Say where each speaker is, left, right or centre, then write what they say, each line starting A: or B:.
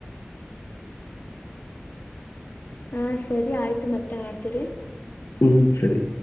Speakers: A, on the left; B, on the left.
A: <unintelligible>
B: ಹಾ ಸರಿ ಆಯ್ತು ಮತ್ತೆ ಮಾಡ್ತೀರಿ
A: ಹ್ಮ್ ಸರಿ